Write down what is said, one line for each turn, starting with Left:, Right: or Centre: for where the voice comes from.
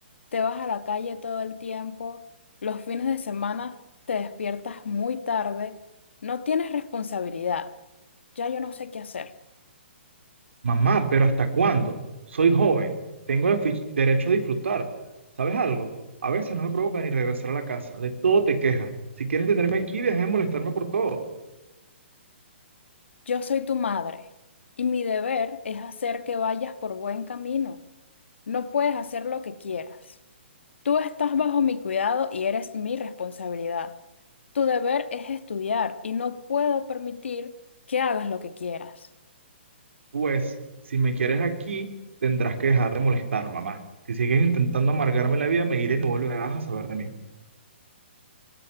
Left: te vas a la calle todo el tiempo, los fines de semana te despiertas muy tarde, no tienes responsabilidad. Ya yo no sé qué hacer.
Right: Mamá, pero ¿hasta cuándo? Soy joven, tengo el fi- derecho a disfrutar. ¿Sabes algo? A veces no me provoca ni regresar a la casa, de todo te quejas. Si quieres tenerme aquí, deja de molestarme por todo.
Left: Yo soy tu madre y mi deber es hacer que vayas por buen camino. No puedes hacer lo que quieras. Tú estás bajo mi cuidado y eres mi responsabilidad. Tu deber es estudiar y no puedo permitir que hagas lo que quieras.
Right: Pues, si me quieres aquí, tendrás que dejar de molestar, mamá. Si sigues intentando amargarme la vida, me iré y no volverás a saber de mí.